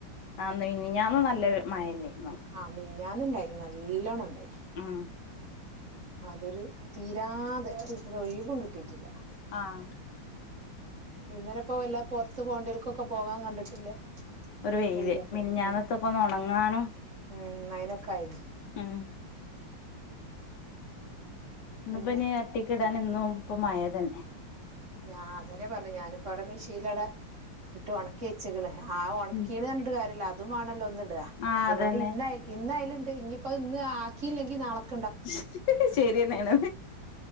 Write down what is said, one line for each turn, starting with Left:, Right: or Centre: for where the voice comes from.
Left: ആഹ് മിനിഞ്ഞാനും നല്ല വെ മഴയിണ്ടേന്നു
Right: ആഹ് മിനിഞ്ഞാന്നിണ്ടായിന് നല്ലോണ്ണം ഉണ്ടായിന്
Left: ഉം
Right: അതൊരു തീരാതെ ഓരൊഴിവും കിട്ടിട്ടില്ല
Left: ആഹ്
Right: ഇന്നലെപ്പോ വെല്ലോ പുറത്ത് പോണ്ടികൾക്കൊക്കെ പോകാ കണ്ടിട്ടില്ലേ
Left: ഒരു വെയില്
Right: വെയിലൊക്കെ
Left: മിനിഞ്ഞാന്നത്തൊക്കെ
Right: ഉം
Left: ഒന്ന് ഉണങ്ങാനും
Right: ഉം അയിനൊക്കെ ആയിന്
Left: ഉം ഇന്ന്പ്പ
Right: പിന്നെ
Left: ഇനീ എർട്ടിക്കിടാനിന്നും ഇപ്പം മയ തന്നെ
Right: ഞാൻ അതന്നെ പറഞ്ഞെ ഞാനിപ്പവ്ടെ മെഷീൻലാട ഇട്ട് ഒണ കേച്ചക്കണ് ആ ഒണക്കീന്ന്
Left: ഉം
Right: പർനിട്ട്കാര്യല്ല അതും വാണല്ലോ ഒന്നിടുക
Left: ആഹ്
Right: അയിനോട്
Left: അതന്നെ
Right: ഇന്ന ഇന്നയല്ണ്ട് ഇഞ്ഞിയിപ്പോ അത് ഇന്ന് ആക്കിയില്ലെങ്കി നാളെ ക്
Left: <inaudible> ശരിയെന്നേണോ